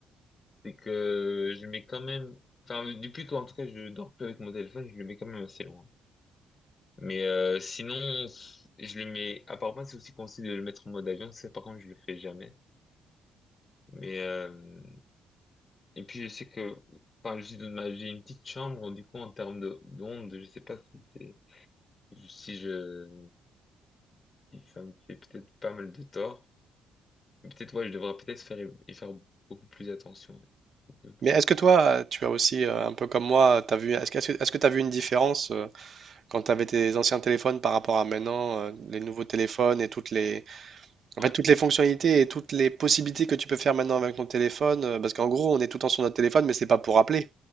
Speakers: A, on the left; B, on the right.
A: c'est que je mets quand même, enfin, depuis qu'en tout cas je dors plus avec mon téléphone, je le mets quand même assez loin. Mais euh, sinon, je le mets, apparemment c'est aussi conseillé de le mettre en mode avion, ça par contre je le fais jamais. Mais euh, et puis je sais que, enfin je suis dans ma, j'ai une petite chambre, du coup en termes de d'ondes, je sais pas si c'est, si je, si ça me fait peut-être pas mal de tort. Mais Peut-être ouais, je devrais peut-être faire y faire beaucoup plus attention, ouais. Beaucoup plus
B: mais est-ce
A: attention.
B: que toi, tu as aussi euh, un peu comme moi, t'as vu, est-ce que, est-ce que tu as vu une différence euh, quand tu avais tes anciens téléphones par rapport à maintenant, euh, les nouveaux téléphones et toutes les, En fait,
A: Ouais,
B: toutes les fonctionnalités et toutes les possibilités que tu peux faire maintenant avec ton téléphone, euh, parce qu'en gros, on est tout le temps sur notre téléphone, mais c'est pas pour appeler.